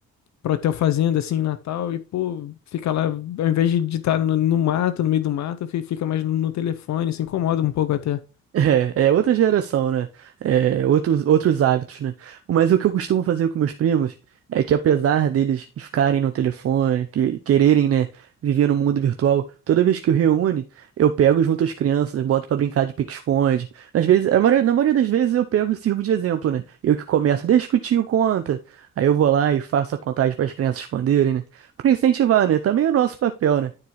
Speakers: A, on the left; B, on the right.
A: pra hotel fazenda, assim, em Natal, e, pô, fica lá, ao invés de estar no, no mato, no meio do mato, fi- fica mais no, no telefone, se incomoda um pouco até.
B: É, é outra geração, né? É, outros, outros hábitos, né? Mas o que eu costumo fazer com meus primos é que, apesar deles ficarem no telefone, que quererem, né, viver no mundo virtual, toda vez que eu reúne, eu pego junto as crianças, boto pra brincar de pique-esconde. Às vezes, a maioria- na maioria das vezes eu pego e sirvo de exemplo, né? Eu que começo, deixa que o tio conta. Aí eu vou lá e faço a contagem para as crianças esconderem, né? Pra incentivar, né? Também é o nosso papel, né?